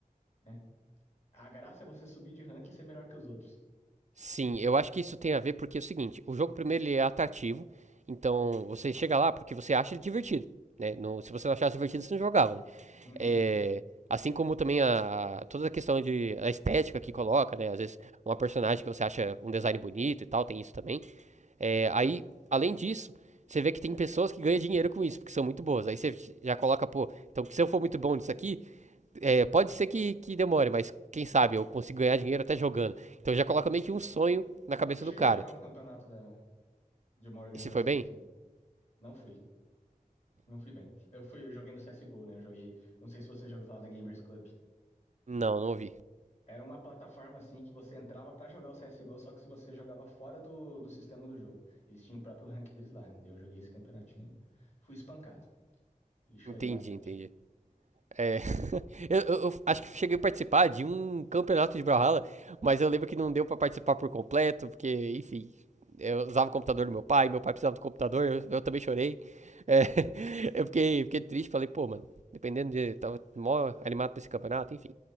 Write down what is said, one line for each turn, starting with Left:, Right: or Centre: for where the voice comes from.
Left: né? A graça é você subir de rank e ser melhor que os outros.
Right: Sim, eu acho que isso tem
Left: Hum.
Right: a ver porque é o seguinte, o jogo primeiro ele é atrativo, então você chega lá porque você acha ele divertido, né? Não- se você não achasse divertido, você não jogava, né?
Left: Uhum.
Right: É, assim como também a, a- toda a questão de a estética que coloca, né? Às vezes uma personagem que você acha um design bonito e tal, tem isso também. É, aí, além disso, você vê que tem pessoas que ganham dinheiro com isso, porque são muito boas. Aí você já coloca, pô, então se eu for muito bom nisso aqui, é, pode ser que, que demore, mas quem sabe eu consigo ganhar dinheiro até jogando. Então já coloca meio que um sonho na cabeça
Left: Eu cheguei
Right: do cara.
Left: a jogar um campeonato da, de uma organização
Right: E se foi bem?
Left: que tinha. Não fui. Não fui bem. Eu fui, eu joguei no CSGO, né? Eu joguei. Não sei se você já ouviu falar da Gamers Club.
Right: Não, não ouvi.
Left: Era uma plataforma assim que você entrava pra jogar o CSGO, só que se você jogava fora do, do sistema do jogo. Eles tinham o próprio rank deles lá, né? Daí Eu joguei esse campeonatinho, fui espancado e chorei
Right: Entendi,
Left: bastante.
Right: entendi. É, <laughs> eu, eu- eu acho que cheguei a participar de um campeonato de Brawlhalla, mas eu lembro que não deu pra participar por completo, porque, enfim, eu usava o computador do meu pai, meu pai precisava do computador, eu, eu também chorei. É, <laughs> eu fiquei, fiquei triste, falei, pô, mano, dependendo de. Tava mó animado pra esse campeonato, enfim.